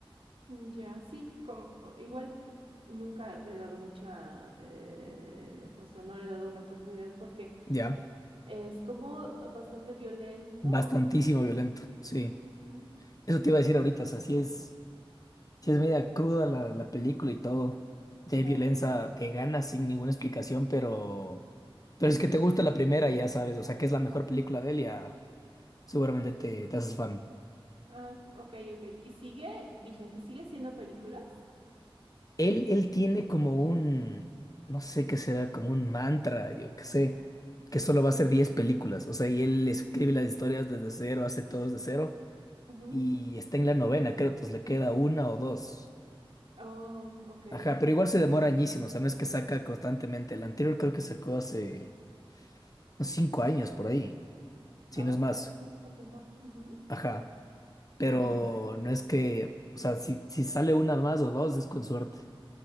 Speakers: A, on the right; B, on the left.
A: Mm, Ya, sí, como igual nunca le he dado mucha, eh, o sea, no le he dado una oportunidad porque
B: Ya,
A: es como bastante violento.
B: bastantísimo violento, sí.
A: Ujú,
B: Eso te iba a decir ahorita, o sea, sí es, si es media cruda la, la película y todo. Ya hay
A: ah,
B: violencia
A: Ok,
B: de ganas sin ninguna explicación, pero, pero es que te gusta la primera, ya sabes, o sea, que es la mejor película de él, ya seguramente te, te haces fan.
A: ah, ok, ok. ¿Y sigue vigente? ¿Sigue haciendo películas?
B: Él, él tiene como un, no sé qué será, como un mantra, yo qué sé, que solo va a hacer 10 películas, o sea, y él escribe las historias desde cero, hace todo desde cero.
A: Ujú.
B: y está en la novena, creo, entonces le queda una o dos.
A: Oh, ok.
B: Ajá, pero igual se demora añísimo, o sea, no es que saca constantemente. El anterior creo que sacó hace unos cinco años por ahí, si
A: Oh,
B: no es
A: ya,
B: más.
A: sí, está a tiempo. Ujú,
B: Ajá, pero
A: Ya.
B: no es que, o sea, si, si sale una más o dos es con suerte.